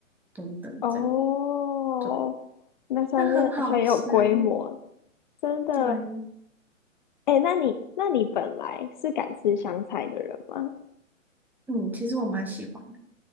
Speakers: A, in the centre; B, on the left (about 35°).
A: 等等这样，
B: 哦，
A: 对，
B: 那算是很有规模，
A: 那很好吃，
B: 真的。
A: 对，
B: 哎，那你那你本来是敢吃香菜的人吗？
A: 嗯，其实我蛮喜欢的，